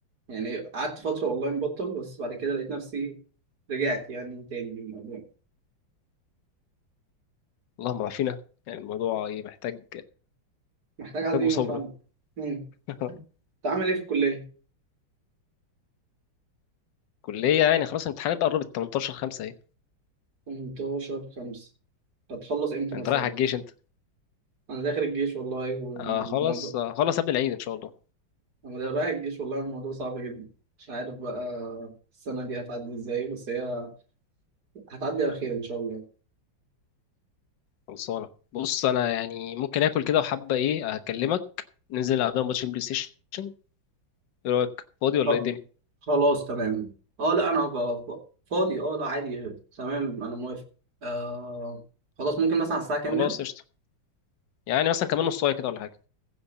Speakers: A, on the right; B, on the left.
A: يعني قعدت فترة والله مبطل بس بعد كده لقيت نفسي رجعت يعني تاني للموضوع
B: اللهم عافينا يعني الموضوع ايه محتاج
A: محتاج
B: محتاج
A: عزيمة
B: مصابرة
A: فعلا مم.
B: <laughs>
A: انت عامل ايه في الكلية؟
B: كلية يعني خلاص الامتحانات بقى قربت 18 5 اهي
A: 18 5 هتخلص امتى
B: انت
A: مثلا؟
B: رايح على الجيش انت
A: انا داخل الجيش والله والموضوع
B: آه خلاص آه خلاص قبل العيد ان شاء الله
A: انا ده رايح الجيش والله الموضوع صعب جدا مش عارف بقى السنة دي هتعدي ازاي بس هي هتعدي على خير ان شاء الله
B: خلصانة بص انا يعني ممكن اكل كده وحابة ايه هكلمك ننزل نلعب لنا ماتش بلاي ستيشن ايه رأيك فاضي ولا
A: خ-
B: ايه الدنيا
A: خلاص تمام اه لا انا غ- فاضي اه لا عادي تمام انا موافق آه خلاص ممكن مثلا على الساعة كام
B: خلاص
A: كده؟
B: قشطة يعني مثلا كمان نص ساعة كده ولا حاجة